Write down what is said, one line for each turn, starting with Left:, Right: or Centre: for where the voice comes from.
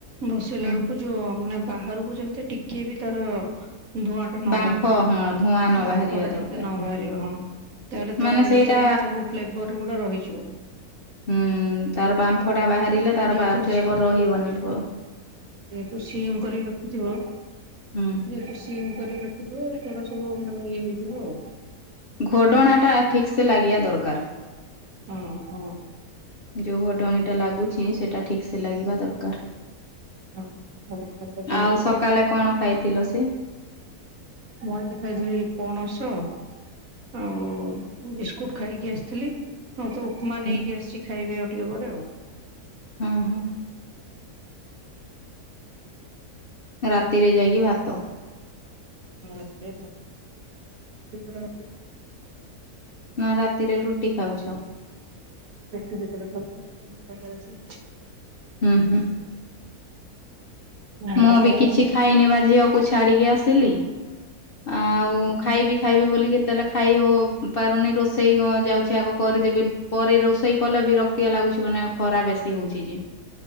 Right: ବସେଇଲା
Left: ହୁଁ
Right: ବେଳକୁ ଯୋଉ ମାନେ ବାହାରକୁ ଯେମ ତ ଟିକେ ବି ତାର ଧୂଆଁଟା ନ
Left: ବାମ୍ଫ
Right: ବାହାରେ,
Left: ହଁ ଧୂଆଁ ନ
Right: ବାମ୍ଫଟା
Left: ବାହାରିବା ଦରକାର
Right: ଯେମିତି ନ ବାହାରିବ ହଁ। ତାହେଲେ
Left: ମାନେ
Right: ତା ଭିତରେ
Left: ସେଇଟା
Right: ହିଁ ସବୁ ଫ୍ଲେବର୍ ଗୁଡା ରହିଯିବ।
Left: ହୁଁ, ତାର ବାମ୍ଫଟା ବାହାରିଲେ ତାର
Right: ଯେହେତୁ
Left: ବା-ଫେବର
Right: ସି
Left: ରହିବନି ପ
Right: ଯେହେତୁ ସିମ୍ କରିକି ରଖିଥିବ,
Left: ହୁଁ
Right: ଯେହେତୁ ସି ସିମ୍ କରିକି ରଖିଥିବ, ସେଗୁଡା ସବୁ ମାନେ ଇଏ ହେଇଯିବ ଆଉ।
Left: ଘୋଡଣାଟା ଠିକ୍ ସେ ଲାଗିବା ଦରକାର।
Right: ହଁ, ହଁ।
Left: ଯୋଉ ଘୋଡଣିଟା ଲାଗୁଛି ସେଟା ଠିକ୍ ସେ ଲାଗିବା ଦରକାର।
Right: ହଁ ହଁ ଦେଇଛି
Left: ଆଉ ସକାଳେ କଣ ଖାଇଥିଲ ସେ?
Right: ମୋ <inaudible> ପଣସ। ଆଉ ବିସ୍କୁଟ୍ ଖାଇକି ଆସିଥିଲି, ଆଉ ତ ମା
Left: ହୁଁ
Right: ନେଇକି ଆସିଛି ଖାଇବେ ଆଉ ଟିକେ ପରେ ଆଉ।
Left: ଅଁ, ହଁ। ରାତିରେ ଯାଇକି ଭାତ।
Right: ହଁ ରାତିରେ ଭାତ। <inaudible>
Left: ନା ରାତିରେ ରୁଟି ଖାଉଛ?
Right: <unintelligible>
Left: ହୁଁ ହୁଁ।
Right: ହଁ
Left: ମୁଁବି
Right: ହଁ
Left: କିଛି ଖାଇନିବା ଝିଅକୁ ଛାଡ଼ିକି ଆସିଲି ଆଉ ଖାଇବି ଖାଇବି ବୋଲି କେତେବେଳେ ଖାଇ ହଉ ପାରୁନି ରୋଷେଇ ଗ ଯାଉଚି ଆଗ କରିଦେବି। ପରେ ରୋଷେଇ କଲେ ବିରକ୍ତିଆ ଲାଗୁଛି ମାନେ ଖରା ବେଶୀ ହଉଛି ଯେ।